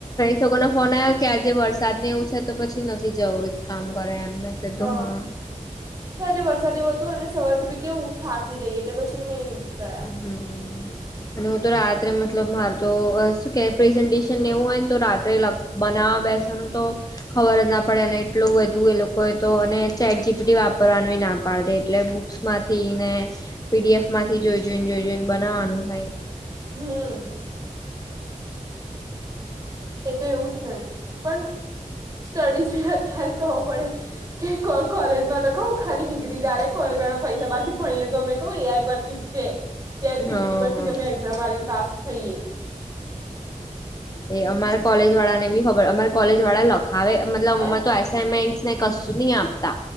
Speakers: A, on the left (about 25°); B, on the right (about 25°).
A: <inaudible> લોકોને ફોન આયો કે આજે વરસાદ ને એવું છે તો પછી નથી જવું એક કામ કરો એમ. કીધું
B: હહ
A: હા
B: તો આજે વરસાદ જેવું હતું અને સવારથી બી કેવું થાકી જઈ એટલે પછી નહી ગયા.
A: હમ અને હું તો રાત્રે મતલબ મારતો શું કેવય પ્રેઝન્ટેશન એવું હોય ને તો રાત્રે લખ બનાવા બેસવાનું તો. ખબર જ ના પડે અને એટલું બધું એ લોકોએ તો અને ચેટ જીપીડી વાપરવાનું એ ના પાડ દે એટલે બુક સમાંથી ને પીડીએફ માંથી જોઈ જોઈને જોઈ જોઈને બનાવાનું હોય.
B: હમ એતો એવું જ ને. પન સ્ટડીઝ અત્યારે કરવો પડે. કે કો કોલેજમાં તો કહું ખાલી ડિગ્રી જ આલે કોલેજ વાળા પૈસા બાકી ભણીએ તો અમે કહું એઆઈ પર ઠીક છે. ચેટ જી
A: હા
B: પી ટી પરથી જ અમે એક્ઝામ આલીને પાસ થઈએે.
A: એ અમારા કોલેજ વાળા ને બી ખબર અમારા કોલેજ વાળા લખાવે મતલબ
B: હે
A: અમે તો આઈસ એસામેન્ટ્સને કશું નહી આપતા.